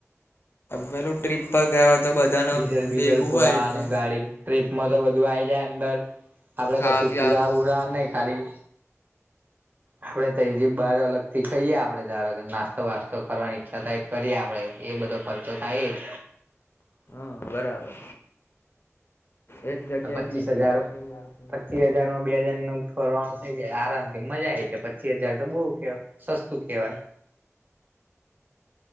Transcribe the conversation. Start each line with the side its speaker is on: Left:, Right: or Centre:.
Left: પેલું ટ્રીપ પર ગયા હોય તો બધાનું
Right: ડીઝલ બીઝલ
Left: ભેગું
Right: પુરાવાનું
Left: હોય એટલે
Right: ગાડી ટ્રીપમાં તો બધું આવી જાય અંદર આપડે
Left: ખાવા
Right: કશું
Left: પીવાનું
Right: પુરા પુરા નહી ખાલી આપડે તો એ જે બાર અલગ થી ખાઈએ આપડે દાર નાસ્તો વાસ્તો કરવાની ઈચ્છા થાય. કરી આપડે, એ બધો ખર્ચો થાય જ
Left: હા, બરાબર. એક જગ્યાએ
Right: આ પચીસ
Left: બીજી
Right: હજાર,
Left: જગ્યા જવું હોય તો એમની
Right: પચી હજાર માં બે જણ નું ફરવાનું થઇ જાય આરામ થી, મજા આઈ જાય, પચી હજાર તો બહુ કેવ, સસ્તું કેવાય.